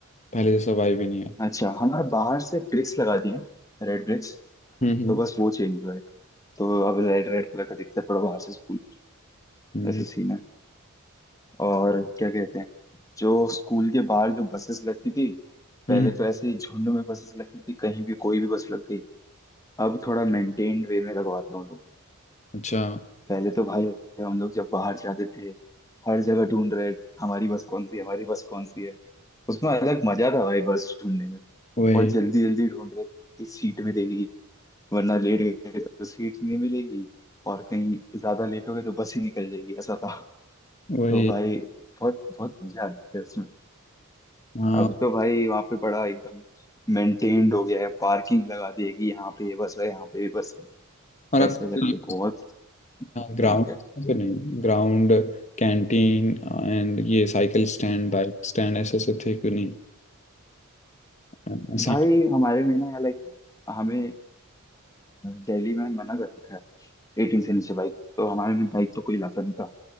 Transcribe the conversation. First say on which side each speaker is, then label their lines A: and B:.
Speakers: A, on the left; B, on the left.
A: पहले जैसा वाइब ही नहीं आता
B: अच्छा हमारे बाहर से ब्रिक्स लगा दिए हैं रेड ब्रिक्स
A: हम्म हम्म
B: तो बस वो चेंज हुआ है तो अब रेड रेड कलर का दिखता है थोड़ा बाहर से स्कूल
A: हम्म,
B: ऐसे सीन है और क्या कहते हैं जो स्कूल के बाहर जो बसेस लगती थी
A: हम्म।
B: पहले तो ऐसे ही झुंड में बसेस लगती थी कहीं भी कोई भी बस लग गई अब थोड़ा मेंटेन्ड वे में लगवाते हैं वो लोग
A: अच्छा
B: पहले तो भाई हम लोग जब बाहर जाते थे हर जगह ढूंढ रहे हमारी बस कौन सी है हमारी बस कौन सी है उसमें अलग मजा था भाई बस ढूंढने में
A: वही
B: और जल्दी जल्दी ढूंढ रहे कि सीट मिलेगी वरना लेट गए तो सीट नहीं मिलेगी और कहीं ज्यादा लेट हो गए तो बस ही निकल जाएगी ऐसा था
A: वही
B: तो भाई बहुत बहुत मजा आती है उसमें
A: हाँ
B: अब तो भाई वहाँ पे बड़ा एकदम मेंटेन्ड हो गया है पार्किंग लगा दी है कि यहाँ पे ये बस है यहाँ पे ये बस है
A: और आपका
B: ऐसे करके बहुत
A: ग्राउंड
B: maintained
A: फिर नहीं ग्राउंड कैंटीन एंड ये साइकिल स्टैंड बाइक स्टैंड ऐसे ऐसे थे क्यों नहीं अ, ऐसे
B: भाई हमारे में ना लाइक हमें अ, दिल्ली में मना कर रखा है एटीन से नीचे बाइक तो हमारे में बाइक तो कोई लाता नहीं था